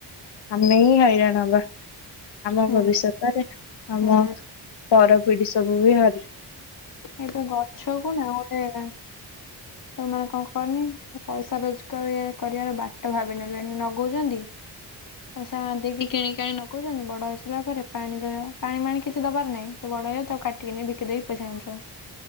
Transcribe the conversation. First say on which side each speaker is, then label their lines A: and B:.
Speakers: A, on the left; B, on the left.
A: ଆମେ ହିଁ ହଇରାଣ ହବା। ଆମ
B: ହୁଁ
A: ଭବିଷ୍ୟତରେ, ଆମ
B: ହୁଁ
A: ପର ପିଢ଼ୀ ସବୁ ବି ହା
B: ଏଇତ ଗଛ <unintelligible> ସେମାନେ କଣ କରନି ପଇସା ରୋଜଗାର କରିବାର ବାଟ ଭାବିିନେଲେଣି ନଗଉଛନ୍ତି ପଇସା ଦେଇକି କିଣିକଣି ନଗଉଛନ୍ତି ବଡ ହେଇସାରିଲା ପରେ ପାଣି ଦବା ପାଣି ମାଣି କିଛି ଦବାର ନାହିଁ ସେ ବଡ ହେଇଆ ତାକୁ କାଟିକିନି ବିକି ଦେଇକି ପଇସା ଆଣୁଛନ୍ତି।